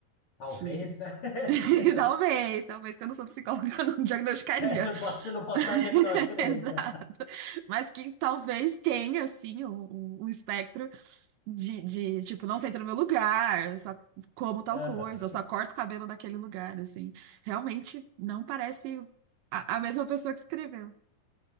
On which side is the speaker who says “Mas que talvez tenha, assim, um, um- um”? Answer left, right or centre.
Right